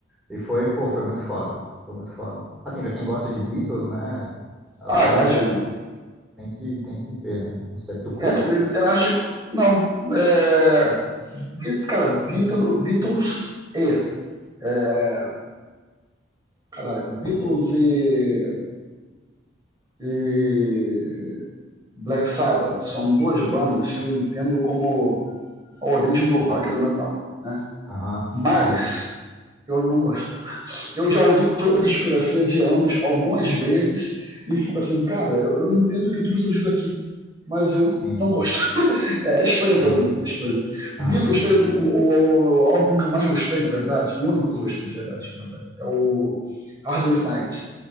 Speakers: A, in the centre; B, on the right.
A: E foi, pô, foi muito foda. Foi muito foda. Assim, pra quem gosta de Beatles, né,
B: Ah,
A: é,
B: imagino.
A: tem que tem que ver, né? Não sei. Tu curte?
B: É, eu acho que. Não. É,
A: Não?
B: Beat- cara, Beatles, Beatles e. é, caraca, Beatles e, e Black Sabbath são duas bandas que eu entendo como a origem do rock e do metal, né?
A: Aham.
B: Mas
A: Sim.
B: eu não gosto. Eu já ouvi toda a discografia de ambos algumas vezes e fico assim, cara, eu, eu entendo que tudo surgiu daqui, mas eu
A: Sim.
B: não gosto. É é estranho
A: Sim.
B: pra mim, é estranho. Beatles
A: Aham.
B: tem o, o- o álbum que eu mais gostei, na verdade, o único que eu gostei de verdade, na verdade, é o Hard Day's Night.